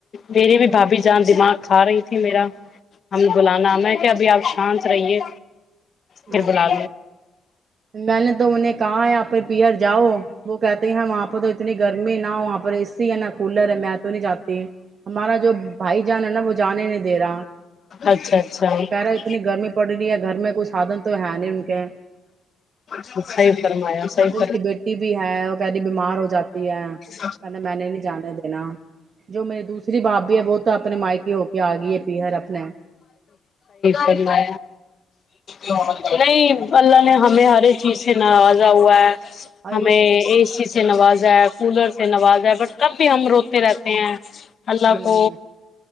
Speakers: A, on the left; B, on the right.
A: میری بھی بھاابھی جان دماغ کھا رہی تھی میرا ہم بلانا میں کیا ابھی آپ شانت رہیے بھر
B: اچھا
A: بلا
B: میں نے تو انہیں کہا ہے پ پئر جاؤ وہ کہتے ہیں ہم وہاں پہ تو اتنی گرمی نہ ہو وہاں پر نہا کولر ہے میں تو نہیں جاتی ہمارا جو بھائی جان ہے نا وہ جان ہی نہیں دے رہا
A: اچھا اچھا
B: وہ کہہ رہا اتنی گرمی پڑ رہی ہے گھر میں کچھ سادن تو ہے نہیں ان کے
A: س فرمام س
B: کہتے
A: ف
B: اس کی بیٹی بھی ہے وہ کہہ رہی بیمار ہو جاتی ہے
A: س
B: کہنا میں نے نہیں جانے دینا جو میری دوسری بھابھی ہے وہ تو اپنے مائکے ہو کے آ گئی ہے پیہر اپنے
A: فرما ہو نہیں اللہ نے ہمیں ہر ایک چیز سے ناراضا ہوا ہے
B: ارے
A: ہمیں اس چیز <inaudible> <unintelligible> سے نوازا ہے کولر سے نوازا ہے بٹ کب بھی ہم روتے رہتے ہیں اللہ
B: ہوں
A: پ